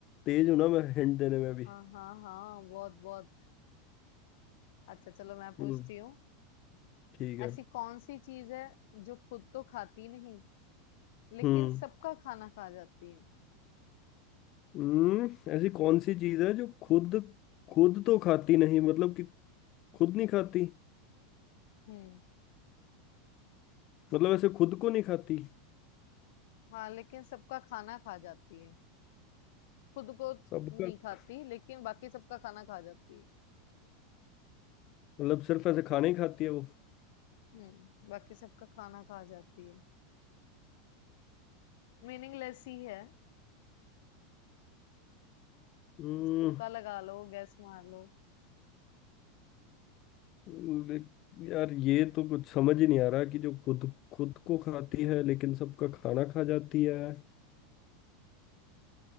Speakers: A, on the left; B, on the left.
A: तेज हूं ना मैं हिंट देने में भी
B: हाँ हाँ हाँ बहुत बहुत अच्छा चलो मैं पूछती
A: हम्म
B: हूँ
A: ठीक
B: ऐसी
A: है
B: कौन सी चीज है जो खुद तो खाती नहीं लेकिन
A: हम्म
B: सबका खाना खा जाती है
A: हम्म ऐसी कौन सी चीज है जो खुद खुद तो खाती नहीं मतलब कि खुद नहीं खाती
B: हम्म
A: मतलब ऐसे खुद को नहीं खाती
B: हाँ लेकिन सबका खाना खा जाती है खुद को
A: सबका
B: नहीं खाती लेकिन बाकी सबका खाना खा जाती है
A: मतलब सिर्फ ऐसे खाना ही खाती है वो
B: हम्म बाकी सबका खाना खा जाती है मीनिंगलेस ही है
A: हम्म
B: इस तुक्का लगा लो गैस मार लो
A: ले- यार ये तो कुछ समझ ही नहीं आ रहा कि जो खुद खुद को खाती है लेकिन सबका खाना खा जाती है